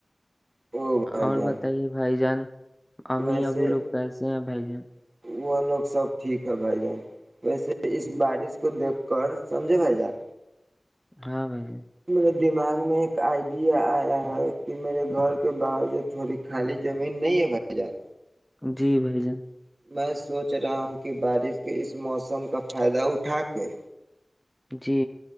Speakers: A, on the right (about 55°); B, in the centre.
A: او بھائی
B: اور
A: جان
B: بتائیے بھائی جان امی
A: ویسے
B: ابو لوگ کیسے ہیں بھائی جان
A: وہ لوگ سب ٹھیک ہے بھائی جان ویسے اس بارش کو دیکھ کر سمجھے بھائی جان
B: ہاں بھائی جان
A: میرے دماغ میں ایک آئیڈیا آیا ہے کہ میرے گھر کے باہر جو تھوڑی خالی زمین نہیں ہے بھائی جان
B: جی بھائی جان
A: میں سوچ رہا ہوں کہ بارش کے اس موسم کا فائدہ اٹھا کے
B: جی